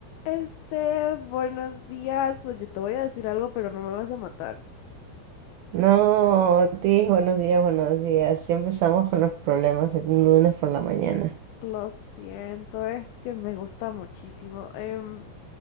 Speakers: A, on the left (about 75°); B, on the right (about 75°).
A: Este, buenos días. Oye, te voy a decir algo, pero no me vas a matar.
B: No, Otis, buenos días, buenos días. Sí empezamos con los problemas el lunes por la mañana.
A: Lo siento, es que me gusta muchísimo. Em,